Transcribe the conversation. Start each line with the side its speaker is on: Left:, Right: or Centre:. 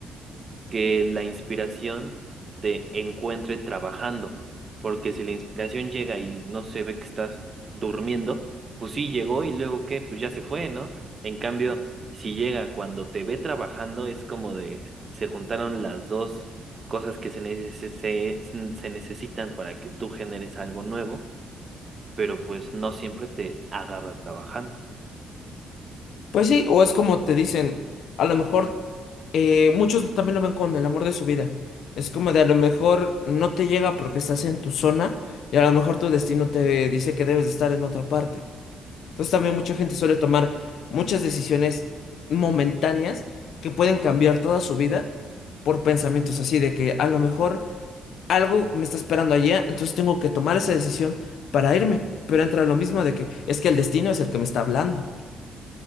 Right: que la inspiración te encuentre trabajando, porque si la inspiración llega y no se ve que estás durmiendo, pues sí llegó y luego qué, pues ya se fue, ¿no? En cambio, si llega cuando te ve trabajando, es como de se juntaron las dos cosas que se, neces- se, se necesitan para que tú generes algo nuevo, pero pues no siempre te agarra trabajando.
Left: Pues sí, o es como te dicen, a lo mejor eh, muchos también lo ven con el amor de su vida. Es como de a lo mejor no te llega porque estás en tu zona y a lo mejor tu destino te dice que debes de estar en otra parte. Entonces también mucha gente suele tomar muchas decisiones momentáneas que pueden cambiar toda su vida por pensamientos así de que a lo mejor algo me está esperando allá, entonces tengo que tomar esa decisión para irme. Pero entra lo mismo de que es que el destino es el que me está hablando